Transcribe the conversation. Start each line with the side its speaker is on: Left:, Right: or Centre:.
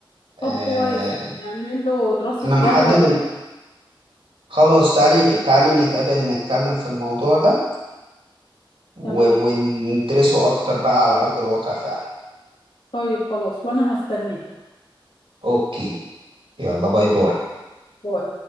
Right: آه،
Left: طب كويس نعمل له دراسة
Right: انا محدد
Left: جدوى بقى
Right: إن- خلاص تعالي تعالي نتقابل نتكلم في الموضوع ده و-
Left: تمام
Right: وندرسه اكتر بقى على ارض الواقع فعلا
Left: طيب خلاص وانا هستناك
Right: اوكي يلا باي باي
Left: باي